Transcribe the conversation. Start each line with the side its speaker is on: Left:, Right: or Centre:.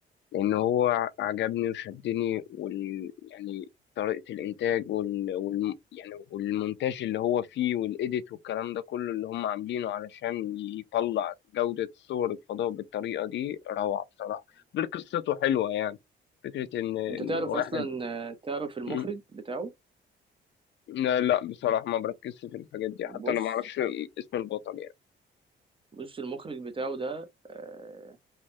Left: لأن هو عجبني وشدني وال يعني طريقة الإنتاج وال... وال... يعني والمونتاج اللي هو فيه والإيديت والكلام ده كله اللي هم عاملينه علشان يطلع جودة صور الفضاء بالطريقة دي روعة بصراحة غير قصته حلوة يعني فكرة إن إن
Right: انت تعرف
Left: واحد
Right: اصلا آه، تعرف المخرج
Left: مم.
Right: بتاعه
Left: لا لا بصراحة ما بركزش في الحاجات دي
Right: بص
Left: حتى أنا ما أعرفش اسم البطل يعني
Right: بص المخرج بتاعه ده آه،